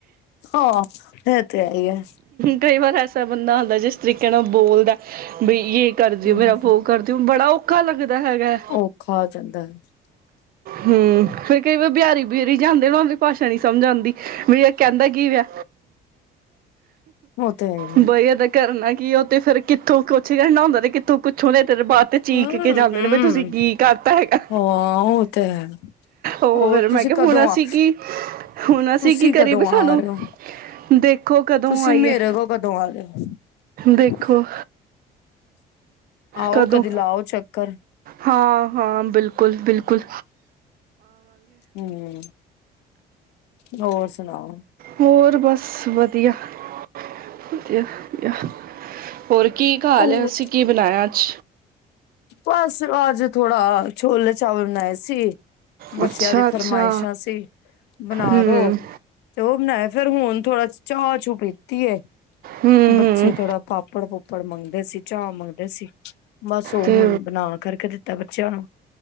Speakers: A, on the left (about 85°); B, on the right (about 60°).
A: ਹਾਂ ਇਹ ਤੇ ਹੈਈ ਹੈ
B: ਕਈ ਵਾਰ ਐਸਾ ਬੰਦਾ ਆਂਦਾ ਜਿਸ ਤਰੀਕੇ ਨਾਲ ਬੋਲਦਾ ਬਈ ਇਹ ਕਰ ਜਓ
A: ਹੂੰ
B: ਮੇਰਾ ਵੋ ਕਰ ਦਿਓ ਹੁੂੰ ਬੜਾ ਔਖਾ ਲੱਗਦਾ ਹੈਗਾ
A: ਔਖਾ ਹੋ ਜਾਂਦਾ ਹੈ।
B: ਹੂੰ ਕਈ ਵਾਰ ਬਿਹਾਰੀ ਬਿਓਰੀ ਜੇ ਹੁੰਦੇ ਜਾਂਦੇ ਉਹਨਾਂ ਦੀ ਭਾਸ਼ਾ ਨੀ ਸਮਝ ਆਂਦੀ ਵੀ ਐ ਕਹਿੰਦਾ ਕੀ ਪਿਆ
A: ਉਹ ਤੇ ਹੈ ਹੀ ਹੈ।
B: ਬਈ ਏਹਦਾ ਕਰਨਾ ਕਿ ਉਹ ਤੇ ਫੇਰ ਕਿੱਥੋਂ ਕੁੱਛ ਕਹਿਣਾ ਹੁੰਦਾ ਤੇ ਕਿੱਥੋਂ ਕੁੱਛੋਂ ਫੇਰ ਬਾਤ ਚੀਕ
A: ਹੂੰ
B: ਕੇ ਜਾਂਦੇ
A: ਹੂੰ
B: ਨੇ ਵੀ ਤੁਸੀਂ ਕੀ ਕਰਤਾ ਹੈਗਾ
A: ਹਾਂ ਉਹ ਤੇ ਹੈ
B: ਉਹ
A: ਹੋਰ
B: ਫਿਰ ਮੈਂ
A: ਤੁਸੀਂ
B: ਕਿਹਾ
A: ਕਦੋਂ
B: ਹੁਣ ਅਸੀਂ
A: ਆ
B: ਕੀ ਹੁਣ ਅਸੀਂ
A: ਤੁਸੀ
B: ਕੀ ਕਰੀਏ
A: ਕਦੋਂ
B: ਵੀ ਸਾਨੂੰ
A: ਆ ਰਹੇ ਹੋ
B: ਦੇਖੋ ਕਦੋਂ
A: ਤੁਸੀਂ
B: ਆਈਏ
A: ਮੇਰੇ ਕੋਲ ਕਦੋਂ ਆ ਰਹੇ ਹੋ।
B: ਦੇਖੋ
A: ਆਓ
B: ਕਦੋਂ
A: ਕਦੇ ਲਾਓ ਚੱਕਰ
B: ਹਾਂ ਹਾਂ ਬਿਲਕੁਲ ਬਿਲਕੁਲ ਕੁਲ
A: ਹੂੰ ਹੋਰ ਸੁਣਾਓ
B: ਹੋਰ ਬਸ ਵਧੀਆ ਵਧੀਆ ਵਧੀਆ। ਹੋਰ ਕੀ ਖਾ
A: ਉਹ
B: ਲਿਆ ਸੀਸਕੀ ਬਣਾਇਆ ਅੱਜ
A: ਬਸ ਅੱਜ ਥੋੜਾ ਛੋਲੇ ਚਾਵਲ ਬਣਾਏ ਸੀ ਬੱਚਿਆਂ
B: ਅੱਛਾ
A: ਦੀ
B: ਅੱਛਾ
A: ਫਰਮਾਇਸ਼ਾਂ ਸੀ ਬਣਾ
B: ਹੂੰ
A: ਦੋ ਤੇ ਉਹ ਬਣਾਏ ਫੇਰ ਹੁਣ ਥੋੜਾ ਚਾਹ ਚੂ ਪੀਤੀ ਏ
B: ਹੂੰ
A: ਬੱਚੇ ਥੋੜਾ ਪਾਪੜ ਪੁਪੜ ਮੰਗਦੇ ਸੀ, ਚਾਹ ਮੰਗਦੇ ਸੀ ਬਸ, ਹੁਣ
B: ਤੇ
A: ਬਣਾ ਕਰਕੇ ਦਿੱਤਾ। ਬੱਚਿਆਂ ਨੂੰ